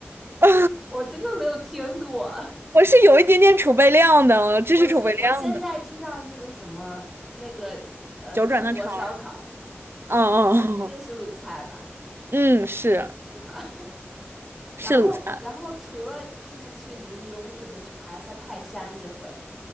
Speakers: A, on the right; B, in the centre.
A: <laughs>
B: 我真的没有听过。<laughs>
A: 我是有一点点储备量的，知识储备量的，
B: 我知我现在知道那个什么那个呃淄博烧烤，
A: 九转的肠儿。嗯
B: 那个是鲁菜吧？
A: 嗯嗯，嗯是
B: 是吗？<laughs> 然后然后除了就是去临沂，
A: 是鲁菜。
B: 我们准备去爬一下泰山，这回